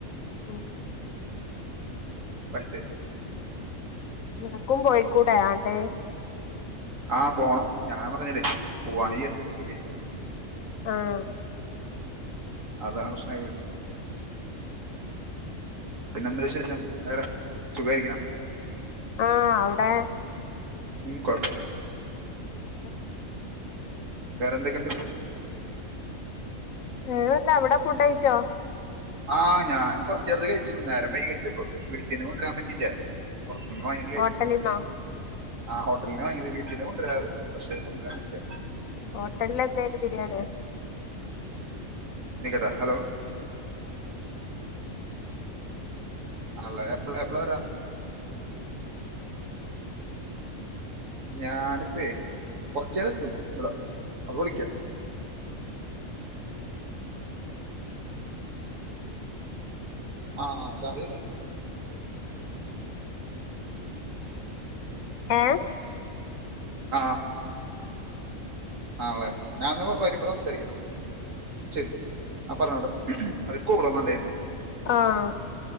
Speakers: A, on the left (about 75°); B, on the right (about 70°).
A: ഉം
B: പൈസേ
A: നിനക്കും പൊയ്ക്കൂടെ ആണ്ട്
B: ആഹ് പോണം ഞാൻ പറഞ്ഞില്ലെ പൂവാന്ന് വിചാരിച്ചിട്ട ശരിയായില്ല
A: ആഹ്
B: അതാ പ്രശ്നായി പോയെ പിന്നെന്താ വിശേഷം വേറെ സുഖാരിക്കണ
A: ആഹ് അവ്ടെ
B: ഉം കൊഴപ്പില്ല
A: ഉം
B: വേറെന്തൊക്കിണ്ട്
A: വേറെന്താ അവിടെ ഫുഡ്ഡഴിച്ചോ
B: ആഹ് ഞാന് കൊറച്ചേരത്തെ കഴിച്ചുള്ളു നേരം വയ്കിയ കഴിച്ചിപ്പം വീട്ടിന്ന് കൊണ്ടുരാൻ പറ്റില്ല പൊറത്ത്ന്ന് വാങ്ങിട്ട് കഴിച്ചു
A: ഹോട്ടലിന്നോ
B: ആഹ് ഹോട്ടലിന്ന വാങ്ങീത് വീട്ടീന്ന് കൊണ്ടുരാറ് പക്ഷെ കൊണ്ടരാൻ പറ്റില്ല
A: ഹോട്ടലിൽ എന്തേനു ബിരിയാണിയ
B: നിക്ക്ട്ടാ ഹലോ അള്ള എപ്പള എപ്പളരാ ഞാനിപ്പേ കൊറച്ചേര എത്തും ഇവട അപ്പ വിളിക്ക ആഹ് ചാർജിക്കണ്ട്
A: ഏഹ്
B: ആഹ് ആണളേ ഞാനന്ന വരുമ്പ സംസാരിക്കാന്ന ശരി ആഹ് പറഞ്ഞോട്ടൊ അയൊരു കോള് വന്നുണ്ടാര്ന്ന്
A: ആഹ്